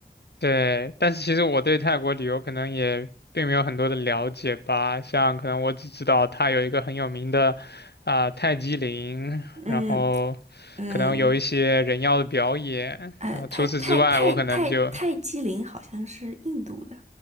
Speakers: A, on the left; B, on the right.
A: 对，但是其实我对泰国旅游可能也并没有很多的了解吧，像可能我只知道它有一个很有名的啊、泰姬陵，
B: <laughs> 嗯
A: 然后
B: 嗯，
A: 可能有一些人妖的表演，
B: 哎，
A: 然后除此之外，
B: 泰泰泰泰泰姬陵好像是印度的，
A: 我可能就